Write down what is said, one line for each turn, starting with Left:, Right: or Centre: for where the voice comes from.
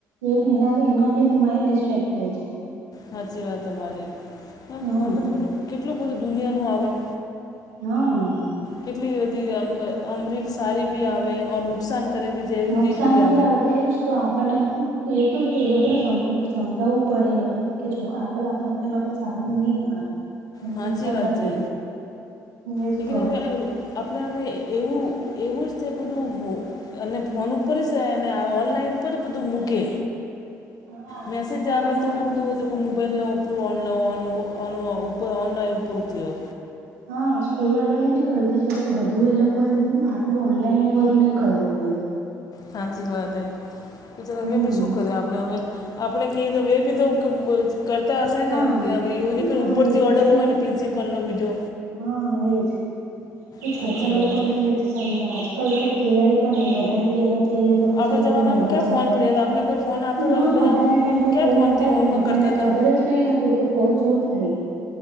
Right: એજ એના એનાથી એમનું માઈન્ડ ડિસ્ટ્રેક્ટ થાય છે.
Left: હાચી વાત તમારી આ
Right: હા
Left: ફોનમાં તો બેલું કેટલું બધું દુનિયાનું આવે.
Right: હા.
Left: કેટલી બધી આમ ઓમ રીલ સારી બી આવે ઓર નુકસાન કરે બી. જેવી
Right: નુકસાન
Left: રીલ બી
Right: ભી આવે તો એજ. તો આપણને એ તો એ લોકોને સમ સમજાવવું પડે એ લોકોને કે છો કાલે તમારી માટે સારું નહીં હમણાં તમારી
Left: સાચી
Right: ઉંમર
Left: વાત
Right: નથી.
Left: છે
Right: એજ
Left: લેકિન
Right: તો
Left: અમે આપણે અમે એવું એવું જ છે કે બધું અને ફોન ઉપર છે અને ઓનલાઈન પર બધું મૂકે.
Right: હા
Left: મેસેજ
Right: સ્કૂલ
Left: જાવે
Right: વાળાને
Left: તો ભી બધું વધુ મોબાઈલનો ઉપપરું ઓનલા ઓ ઓ ઉપ ઓનલા ઉપરરો થયો.
Right: હા સ્કૂલ વાલોની ભી ગલતી છે કે બધું એ લોકો આટલું ઓનલાઈન ને બધું નહી કરવું જોઈએ.
Left: સાચી વાત એ બ ત્યારે
Right: હમ
Left: એ બી શું કરે આપણે હવે આપણે ક દવે બી તો ક કરતા હશે
Right: હા
Left: ને કે એની
Right: હા
Left: ઉપરથી
Right: એ તો
Left: ઓર્ડર
Right: છે
Left: હોય ને પ્રિન્સિપલ નો બીજો
Right: હા એજ એ
Left: સાચી
Right: છોકરા લોકો
Left: વાત છે
Right: ને એ સમજવા આજકલ કઈ કહેવાય પણ નહી વધારે કહેવા જઈએ તો પછી
Left: આપણા
Right: એ લોકો
Left: જમાનામાં
Right: મોઢા
Left: ક્યાં
Right: ચાડે
Left: ફોન પડ્યા હતા આપણે કોઈ ફોન આપતા હતા
Right: હા
Left: હવે બધા
Right: આપણાના ટાઈમ પર
Left: ક્યાં
Right: ફોન
Left: ફોનથી
Right: હતા
Left: હોમવર્ક
Right: જ નહી આપણને
Left: કરતા હતા
Right: ખબર જ નહી હતું કે ફોન શું થાય.